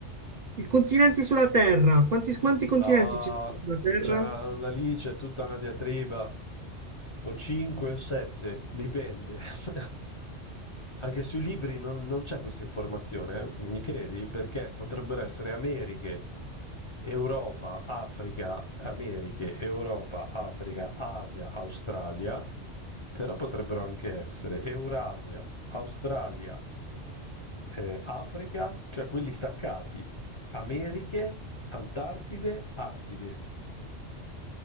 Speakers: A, on the right (about 50°); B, on the left (about 40°).
A: i continenti sulla Terra. Quanti, quanti continenti
B: Ah,
A: ci sono sulla Terra?
B: c'è una, una lì, c'è tutta una diatriba. O 5 o 7, dipende. <laughs> Anche sui libri non, non c'è questa informazione, eh, Mi credi? Perché potrebbero essere Americhe, Europa, Africa, Americhe, Europa, Africa, Asia, Australia, però potrebbero anche essere Eurasia, Australia. Ehm, Africa, cioè quelli staccati, Americhe, Antartide, Artide.